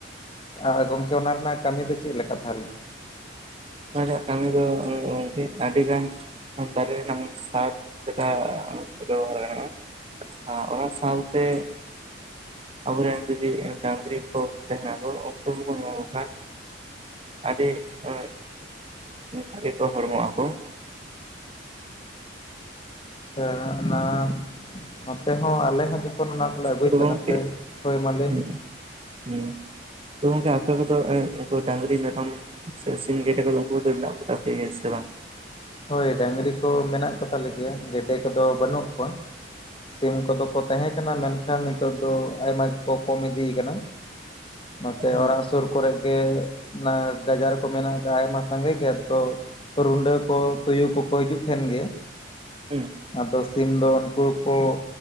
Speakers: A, on the left; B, on the right.
A: ᱟᱨ ᱜᱚᱢᱠᱮ ᱚᱱᱟ ᱨᱮᱱᱟᱜ ᱠᱟᱹᱢᱤ ᱫᱚ ᱪᱮᱫ ᱞᱮᱠᱟ ᱛᱟᱦᱚᱞᱮ?
B: ᱚᱱᱟ ᱨᱮᱭᱟᱜ ᱠᱟᱹᱢᱤ ᱫᱚ ᱜᱚᱝᱠᱮ ᱟᱹᱰᱤ ᱜᱟᱱ ᱫᱟᱨᱮ ᱨᱮᱱᱟᱜ ᱥᱟᱨ ᱞᱮᱠᱟ ᱵᱮᱵᱚᱦᱟᱨ ᱜᱟᱱᱟᱜ‌-ᱟ ᱾ ᱟᱪᱪᱷᱟ ᱚᱱᱟ ᱥᱟᱶᱛᱮ ᱟᱵᱚᱨᱮᱱ ᱡᱩᱫᱤ ᱰᱟᱝᱨᱤ ᱠᱚ ᱛᱟᱦᱮᱸᱱᱟ ᱠᱚ ᱩᱱᱠᱩ ᱜᱮᱵᱚᱱ ᱮᱢᱟ ᱠᱚ ᱠᱷᱟᱱ ᱟᱹᱰᱤ ᱮᱸ ᱤᱱᱟᱹ <unintelligible> ᱜᱮᱠᱚ ᱦᱚᱲᱢᱚ ᱟᱠᱚ ᱾
A: ᱟᱪᱪᱷᱟ ᱚᱱᱟ ᱱᱚᱛᱮ ᱦᱚᱸ ᱟᱞᱮ ᱦᱚᱸ ᱡᱮᱢ ᱠᱷᱚᱱ ᱚᱱᱟ ᱠᱚᱞᱮ ᱟᱹᱜᱩᱭ
B: ᱛᱚ
A: ᱛᱟᱦᱮᱱᱟ
B: ᱜᱚᱝᱠᱮ
A: ᱥᱮ, ᱦᱳᱭ ᱢᱟ ᱞᱟᱹᱭ
B: ᱦᱩᱸ
A: ᱢᱮ ᱾
B: ᱦᱩᱸ, ᱛᱚ ᱜᱚᱢᱠᱮ ᱟᱯᱮ ᱠᱚᱫᱚ ᱩᱱᱠᱩ ᱰᱟᱝᱨᱤ ᱢᱮᱨᱚᱢ ᱥᱮ ᱥᱤᱢ, ᱜᱮᱰᱮ ᱠᱚᱫᱚ ᱩᱱᱠᱩ ᱠᱚᱫᱚ ᱢᱮᱱᱟᱜ ᱠᱚ ᱛᱟᱯᱮᱭᱟ ᱥᱮ ᱵᱟᱝ?
A: ᱦᱳᱭ ᱰᱟᱹᱝᱨᱤ ᱠᱚ ᱢᱮᱱᱟᱜ ᱠᱚ ᱛᱟᱞᱮ ᱜᱮᱭᱟ ᱜᱮᱰᱮ ᱠᱚᱫᱚ ᱵᱟᱹᱱᱩᱜ ᱠᱚᱣᱟ ᱾ ᱥᱤᱢ ᱠᱚᱫᱚ ᱠᱚ ᱛᱟᱦᱮᱸ ᱠᱟᱱᱟ ᱢᱮᱱᱠᱷᱟᱱ ᱱᱤᱛᱚᱜ ᱫᱚ ᱟᱭᱢᱟ ᱜᱮᱠᱚ ᱠᱚᱢ ᱤᱫᱤ ᱟᱠᱟᱱᱟ ᱾ ᱱᱚᱛᱮ
B: ᱦᱩᱸ
A: ᱚᱲᱟᱜ ᱥᱳᱨ ᱠᱚᱨᱮ ᱜᱮ ᱚᱱᱟ ᱜᱟᱡᱟᱨ ᱠᱚ ᱢᱮᱱᱟᱜ ᱟᱠᱟᱜ-ᱟ ᱟᱭᱢᱟ ᱥᱟᱸᱜᱮ ᱜᱮ ᱛᱚ ᱨᱩᱰᱟᱹ ᱠᱚ ᱛᱩᱭᱩ ᱠᱚᱠᱚ ᱦᱤᱡᱩᱜ ᱛᱟᱦᱮᱱ ᱜᱮ,
B: ᱦᱩᱸ
A: ᱟᱫᱚ ᱥᱤᱢ ᱫᱚ ᱩᱱᱠᱩ ᱦᱚ ᱠᱚ